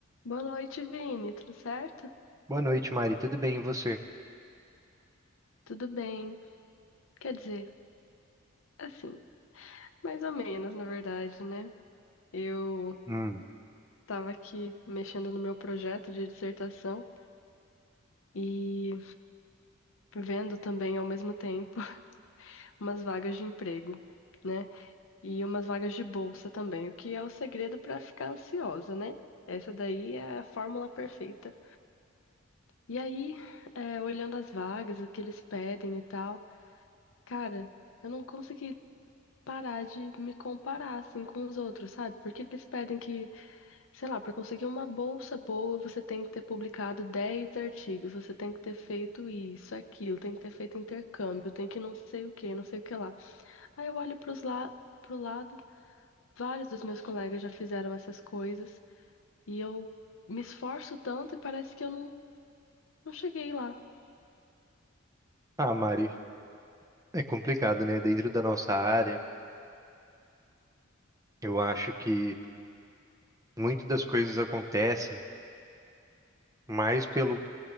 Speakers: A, on the left; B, on the right.
A: Boa noite, Vini. Tudo certo?
B: Boa noite, Mari. Tudo bem, e você?
A: Tudo bem. Quer dizer, assim, mais ou menos, na verdade, né? Eu
B: Hum.
A: tava aqui mexendo no meu projeto de dissertação e vendo também ao mesmo tempo <laughs> umas vagas de emprego, né? E umas vagas de bolsa também, o que é o segredo para ficar ansiosa, né? Essa daí é a fórmula perfeita. E aí, é, olhando as vagas, o que eles pedem e tal, cara, eu não consegui parar de me comparar assim com os outros, sabe? Porque eles pedem que, sei lá, para conseguir uma bolsa boa, você tem que ter publicado 10 artigos, você tem que ter feito isso, aquilo, tem que ter feito intercâmbio, tem que não sei o que, não sei o que lá. Aí eu olho pros la pro lado, vários dos meus colegas já fizeram essas coisas e eu me esforço tanto e parece que eu não, não cheguei lá.
B: Ah, Mari, é complicado, né? Dentro da nossa área, eu acho que muitas das coisas acontecem mais pelo